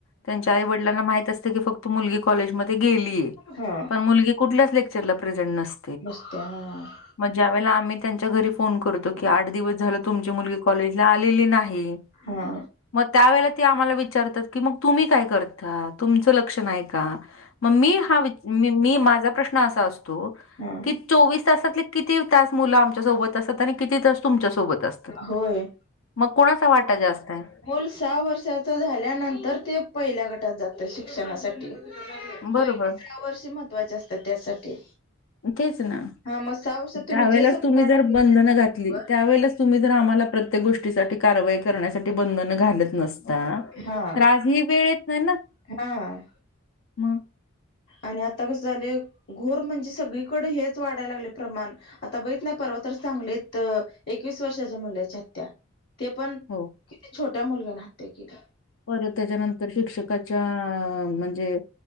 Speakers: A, on the left; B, on the left.
A: त्यांच्या आई वडलांना माहित असते की फक्त मुलगी कॉलेजमध्ये गेली
B: हा
A: पण मुलगी. कुठल्या लेकचरला प्रेझेंट नस
B: नुसत्या हा.
A: मग ज्या वेळेला आम्ही त्यांच्या घरी फोन करतो की आठ दिवस झालं तुमची मुलगी कॉलेजला आलेली नाही.
B: हा.
A: त्या वेेळेला ते आम्हाला विचारतात की मग तुम्ही काय करता तुमचं लक्ष नाही का. मग मी हा मी माझा प्रश्न असा असतो.
B: हा
A: कि चोवीस तासातले किती तास मुलं आमच्यासोबत असतात आणि किती तास तुमच्यासोबत असत. असतात
B: होय
A: मग कोणाचा वाटा जास्त आहे,
B: मुल सहा वर्षाच झाल्यानंतर ते पहिल्या गटात जातं शिक्षणासाठी.
A: बरोबर
B: पहिली साहा वर्षी महत्वाचे असतात त्यासाठी.
A: तेच ना.
B: हा मग सहा वर्षात तुम्ही
A: त्यावेळेलाच
B: जे संस्कार
A: तुम्ही जर
B: टाकले
A: बंधन
B: त्याच्यावर
A: घातली त्यावेळेलाच तुम्ही जर आम्हाला प्रतिसा. त्या गोष्टीसाठी कारवाई करण्यासाठी बंधन. घालत नसता
B: हा
A: तर आजही वेळ येत नाही ना
B: हा
A: मग.
B: आणि आता कसं झाले घोर म्हणजे सगळीकडे हेच वाढाय लागले प्रमाण. आता बघित ना परवा तर सांगलीत एकवीस वर्षाच्या मुलाची हत्या. ते पण
A: हो.
B: किती छोट्या मुलग्यानी हत्या केली.
A: परत त्याच्यानंतर शिक्षकाच्या म्हणजे.